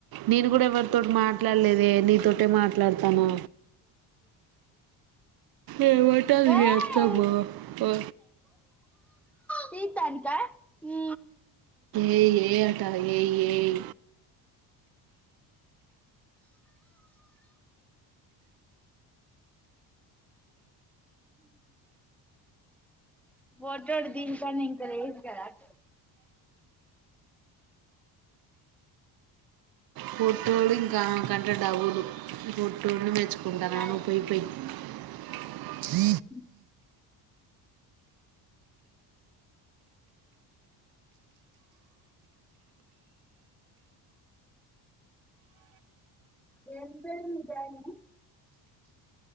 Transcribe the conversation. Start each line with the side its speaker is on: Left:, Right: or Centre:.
Right: నేను కూడా ఎవరితో మాట్లాడలేదే నీతోటే మాట్లాడతాన ఏమంటంది మీ
Centre: ఏయ్
Right: అత్తమ్మ వ
Centre: తీత్తనికా ఊ
Right: ఏ ఏ అట ఏయ్ ఏయ్
Centre: ఫోటోలు దీనికన్నా ఇంకా లేవ కదా అక్క
Right: పోటోలు ఇంకా కన్ రెడ్డవూదు టూన్న మెచ్చుకుంటాను
Centre: నేనా
Right: అన పోయిపోయి <inaudible>
Centre: ఉ ఏంత అయింది జము